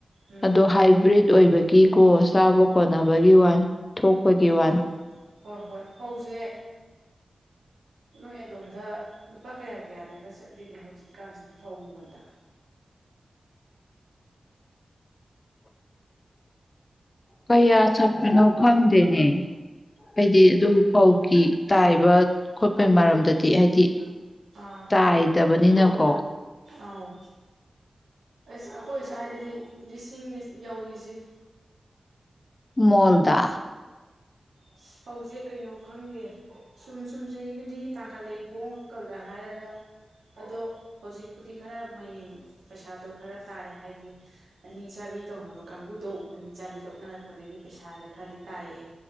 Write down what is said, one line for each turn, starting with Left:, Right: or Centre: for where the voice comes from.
Right: ꯎꯝ
Left: ꯑꯗꯣ ꯍꯥꯏꯕ꯭ꯔꯤꯠ ꯑꯣꯏꯕꯒꯤꯀꯣ ꯆꯥꯕ ꯀꯣꯟꯅꯕꯒꯤ ꯋꯥꯅꯤ ꯊꯣꯛꯄꯒꯤ
Right: ꯐꯧ
Left: ꯋꯥꯅꯤ
Right: ꯍꯣꯏ ꯍꯣꯏ ꯐꯧꯁꯦ ꯅꯣꯏ ꯑꯗꯣꯝꯗ ꯂꯨꯄꯥ ꯀꯌꯥ ꯀꯌꯥꯗꯒ ꯆꯠꯂꯤꯒꯦ ꯍꯧꯖꯤꯛꯀꯥꯟꯁꯤꯕꯨ ꯐꯧ ꯃꯉꯣꯟꯗ
Left: ꯀꯌꯥ ꯆꯠꯄꯅꯣ ꯈꯪꯗꯦꯅꯦ ꯍꯥꯏꯗꯤ ꯑꯗꯨ ꯐꯧꯒꯤ ꯇꯥꯏꯕ ꯈꯣꯠꯄꯩ ꯃꯔꯝꯗꯗꯤ ꯍꯥꯏꯗꯤ
Right: ꯑꯥ
Left: ꯇꯥꯏꯗꯕꯅꯤꯅꯀꯣ
Right: ꯑꯧ ꯑꯁ ꯑꯩꯈꯣꯏ ꯁ꯭ꯋꯥꯏꯗꯗꯤ ꯂꯤꯁꯤꯡꯅꯤ ꯌꯧꯔꯤꯁꯦ
Left: ꯃꯜꯗꯥ
Right: ꯑ ꯐꯧꯁꯦ ꯀꯩꯅꯣ ꯈꯪꯗꯦ ꯁꯨꯝ ꯁꯨꯝ ꯆꯍꯤ ꯈꯨꯗꯤꯡꯒꯤ ꯇꯥꯡꯈꯠꯂꯦ ꯍꯣꯡꯉꯛꯀꯗ꯭ꯔꯥ ꯍꯥꯏꯔꯒ ꯑꯗꯣ ꯍꯧꯖꯤꯛꯄꯨꯗꯤ ꯈꯔ ꯃꯌꯦꯡ ꯄꯩꯁꯥꯗꯣ ꯈꯔ ꯇꯥꯔꯦ ꯍꯥꯏꯗꯤ ꯑꯅꯤ ꯆꯥꯕꯤ ꯇꯧꯅꯕ ꯀꯥꯡꯕꯨꯗꯧ ꯑꯅꯤ ꯆꯥꯕꯤ ꯂꯣꯛꯅꯔꯛꯄꯗꯒꯤ ꯄꯩꯁꯥꯁꯦ ꯈꯔꯗꯤ ꯇꯥꯔꯛꯑꯦ